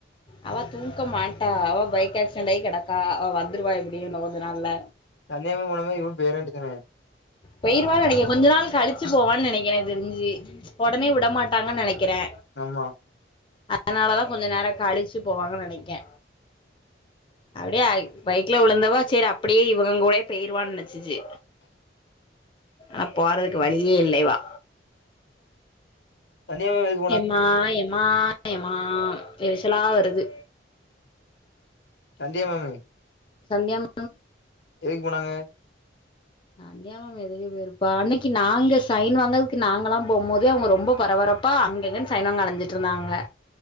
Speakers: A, on the left; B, on the left.
A: அவ தூக்க மாட்டா அவ பைக் ஏக்சென்ட் ஆயி கெடக்கா அவ வந்துருவா எப்புடியி இன்னு கொஞ்ச நாள்ல.
B: சந்தேகமா <unintelligible> இவ பேராண்டிதான
A: பயிருவா நெனைக்கே கொஞ்ச நாள் கழிச்சு போவான் நெனைக்கற என தெரிஞ்சி. ஒடனே விடமாட்டாங்கன் நெனைக்கிறே.
B: ஆமா.
A: அதனாலதா கொஞ்ச நேரோ கழிச்சு போவாங்க நெனைக்கே. அப்டியே அய்க் பைக்ல உழுந்தவ சேரி அப்பிடியே இவுங்க கூடயே பேயிருவான் நெனைச்சுச்சு. ஆ போறதுக்கு வழியே இல்ல இவா.
B: தனியாவெது.
A: யம்மா யம்மா யம்மா எரிச்சலா வருது.
B: சந்தியா மேமு.
A: சந்தியாம்
B: எதுக் போனாங்க?
A: சந்தியா மேம் எதுக் போயிருப்பா. அன்னிக்கி நாங்க சைன் வாங்கதுக்கு நாங்கல்லா போம் போதே அவுங்க ரொம்ப பரபர ப்பா அங்க இங்கன் சைன் வாங்க அலைஞ்சிட்ருந்தாங்க